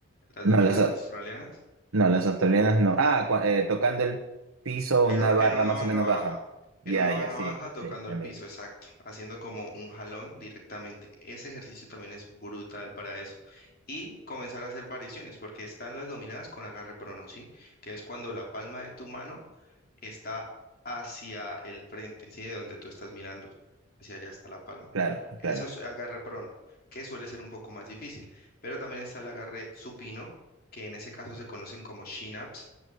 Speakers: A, on the left; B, on the right.
A: las
B: No,
A: dominadas
B: las,
A: australianas?
B: No, las australianas no. Ah, cua- eh, tocando el piso, una
A: En un-
B: barra
A: en una
B: más
A: barra
B: o menos
A: baja,
B: baja. Ya,
A: en una barra
B: ya, sí,
A: baja tocando
B: sí, también.
A: el piso, exacto, haciendo como un jalón directamente. Ese ejercicio también es brutal para eso. Y comenzar a hacer variaciones, porque están las dominadas con agarre prono, ¿sí? Que es cuando la palma de tu mano está hacia el frente, ¿sí? De donde tú estás mirando, hacia allá está la palma.
B: Claro,
A: Eso
B: claro,
A: es agarre prono, que suele ser un poco más difícil, pero también está el agarre supino, que en ese caso se conocen como chin-ups